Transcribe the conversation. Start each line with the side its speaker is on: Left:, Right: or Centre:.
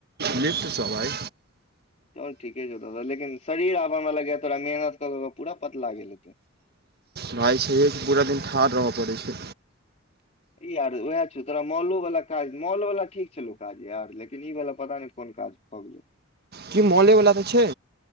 Right: लिफ्ट स भाई
Left: चल ठीके छौ द लेकिन शरीर आव हमरा आ लगै तोरा मेहनत कऽ क क पूरा पतला गेल हेतै
Right: भाई छैे हे कि पूरा दिन ठाढ़ रहय पड़ैत छै
Left: ई यार वएह छौ तोरा मॉलो वाला काज मॉलो वाला ठीक छलौ काज यार लेकिन ई वाला पता नहि कोन काज भगैलई
Right: की मॉले वला तऽ छै